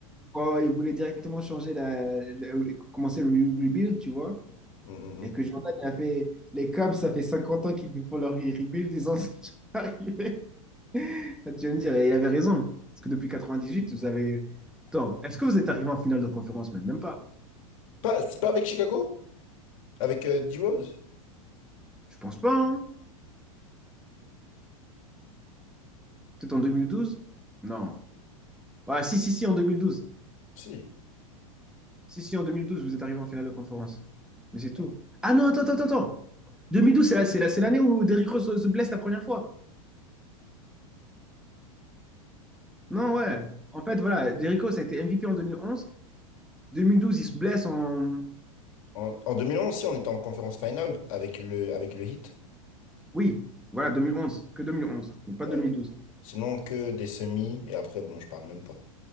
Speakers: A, in the centre; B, on the left (about 70°).
A: quand ils voulaient directement changer la, la- commencer le re- rebuild, tu vois,
B: Mm, mm,
A: et
B: mm.
A: que Jordan il a fait les Cubs, ça fait 50 ans qu'ils font leur re- rebuild, ils en sont <laughs> arrivés. Là, Tu vas me dire, et il avait raison, parce que depuis 98, vous avez. Attends, est-ce que vous êtes arrivé en finale de conférence? Même, même pas.
B: Pas, c'est pas avec Chicago? Avec euh, D-Rose?
A: Je pense pas, hein. Peut-être en 2012? Non. Ah, si, si, si, en 2012.
B: Si.
A: Si, si, en 2012, vous êtes arrivé en finale de conférence. Mais c'est tout.
B: Non.
A: Ah non, attends, attends, attends. attends. 2012, c'est la- c'est la- c'est l'année où Derrick Rose se se blesse la première fois. Non,
B: Euh,
A: ouais. En fait, voilà, Jericho, ça a été MVP en 2011. 2012, il se blesse en...
B: en, en 2011 si, on était en conférence finale avec le, avec le Heat.
A: Oui, voilà, 2011. Que 2011, mais pas
B: Ouais.
A: 2012.
B: Sinon, que des semis, et après, bon, je parle même pas.